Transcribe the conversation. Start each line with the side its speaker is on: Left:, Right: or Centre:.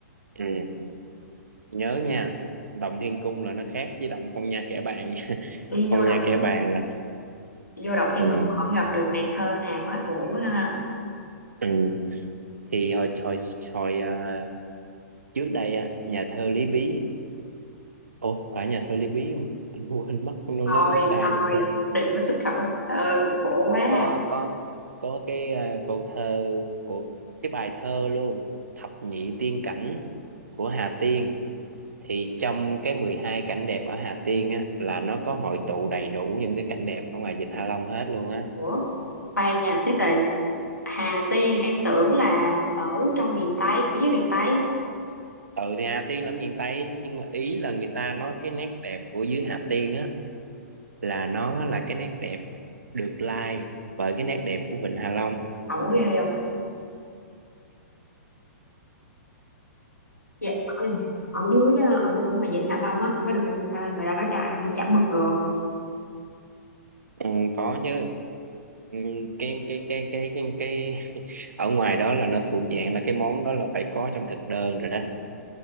Right: Ừ, nhớ nha. Động Thiên Cung là nó khác với Động Phong Nha Kẻ Bàng nha. <laughs>
Left: đi
Right: Phong
Left: vô động
Right: Nha Kẻ Bàng là
Left: vô động thiên
Right: ừ,
Left: cung không gặp được nàng thơ nào hết uổng ha
Right: ừ. Thì hồi hồi hồi à, trước đây á, nhà thơ Lý Bí. Ủa, phải nhà thơ Lý Bí không? Anh quên mất, nó
Left: thôi
Right: nó nói sai
Left: thôi
Right: đi chết.
Left: đừng có xuất khẩu ừ, khổ
Right: Ừ,
Left: quá à.
Right: Có có có cái à, câu thơ của cái bài thơ luôn, Thập nhị tiên cảnh của Hà Tiên. thì trong cái 12 cảnh đẹp ở Hà Tiên á là nó có hội tụ đầy đủ những cái cảnh đẹp ở ngoài Vịnh Hạ Long hết luôn á
Left: ủa khoan nha xí tị Hà Tiên em tưởng là ở trong miền Tây ở dưới miền Tây
Right: ừ thì Hà Tiên là ở miền Tây nhưng mà ý là người ta nói cái nét đẹp của dưới Hà Tiên á là nó là cái nét đẹp được lai bởi cái nét đẹp của Vịnh Hạ Long
Left: ẩu ghê không dạ anh ở dưới ờ, ở, ở ngoài vịnh Hạ Long á anh có được ăn à, người ta có cho ăn chả mực luôn
Right: ừ, có chứ ừ, cái, cái cái cái cái cái ở ngoài đó là nó thuộc dạng là cái món đó là phải có trong thực đơn rồi đó